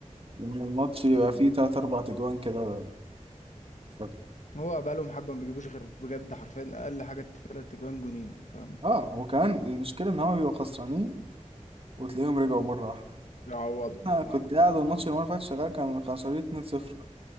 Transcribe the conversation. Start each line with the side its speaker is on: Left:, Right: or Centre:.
Right: لان الماتش يبقى
Left: مم.
Right: فيه تلات اربع اجوان كده فجأة
Left: هو بقالهم حبة ما بيجيبوش غير بجد حرفيا أقل حاجة تلات أجوان جونين فاهم
Right: اه وكمان المشكله ان هما بيبقوا خسرانين وتلاقيهم رجعوا مره واحده
Left: بيعوضوا
Right: انا
Left: اه
Right: كنت قاعد والماتش اللي المره اللي فاتت شغال كان خسرانين 2-0